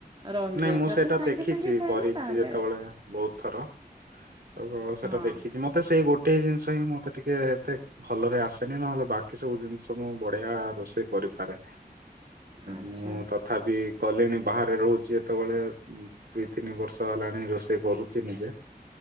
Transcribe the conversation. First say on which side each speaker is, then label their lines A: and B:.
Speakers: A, on the right; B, on the right.
A: ରହିଯାଏ
B: ନାଇଁ ମୁଁ
A: ଯଦି
B: ସେଇଟା
A: ସାଙ୍ଗେ
B: ଦେଖିଛି
A: ସାଙ୍ଗେ ଖାଇବେ
B: କରିଛି
A: ତାହେଲେ
B: ଯେତେବେଳେ ବହୁତ ଥର ଆଉ ଘ ସେଟା
A: ହଁ
B: ଦେଖିଛି ମତେ ସେଇ ଗୋଟେ ଜିନିଷ ରଷ ହିଁ ମତେ ଟିକେ ଏତେ ଭଲରେ ଆସେନି ନହେଲେ ବାକି ସବୁ ଜିନିଷ ମୁଁ ବଢିଆ ରୋଷେଇ କରିପାରେ
A: ଆଚ୍ଛା
B: ମୁଁ ତଥାପି କଲିଣି ବାହାରେ ରହୁଛି ଯେତେବେଳେ ଦୁଇ ତିନି ବର୍ଷ ହେଲାଣି ରୋଷେଇ କରୁଛି ନିଜେ